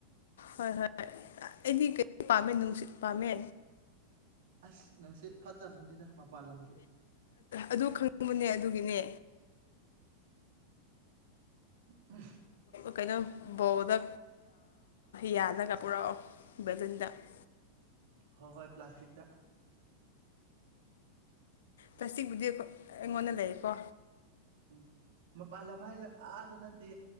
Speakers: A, on the left; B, on the right.
A: ꯍꯣꯏ ꯍꯣꯏꯣꯏ ꯑꯩꯗꯤ ꯀꯩ ꯄꯥꯝꯃꯦ ꯅꯨꯡꯁꯤꯠ ꯄꯥꯝꯃꯦ
B: ꯑꯁ ꯅꯨꯡꯁꯤꯠ ꯐꯠꯇꯕꯅꯤꯗ ꯂꯝꯒꯤ
A: ꯑꯗꯨ ꯈꯪꯅꯤꯡꯕꯅꯦ ꯑꯗꯨꯒꯤꯅꯦ
B: ꯎ
A: ꯀꯩꯅꯣ ꯕꯣꯜꯗ ꯌꯥꯜꯂꯒ ꯄꯨꯔꯛꯑꯣ ꯕꯦꯂꯨꯟꯗ <unintelligible>
B: ꯍꯣꯏ ꯍꯣꯏ ꯄ꯭ꯂꯥꯁꯇꯤꯛꯗ
A: ꯄ꯭ꯂꯥꯁꯇꯤꯛꯕꯨꯗꯤ ꯑꯩꯉꯣꯟꯗ ꯂꯩꯀꯣ
B: ꯎꯝ ꯃꯄꯥꯜ ꯂꯝ ꯍꯥꯏꯁꯦ ꯑꯥꯗ ꯅꯠꯇꯦ